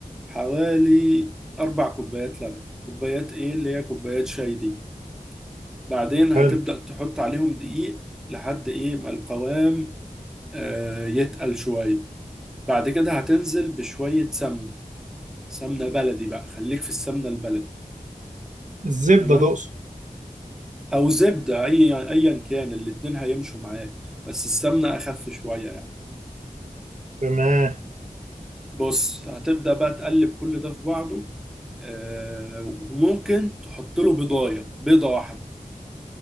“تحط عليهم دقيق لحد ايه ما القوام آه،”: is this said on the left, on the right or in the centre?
Centre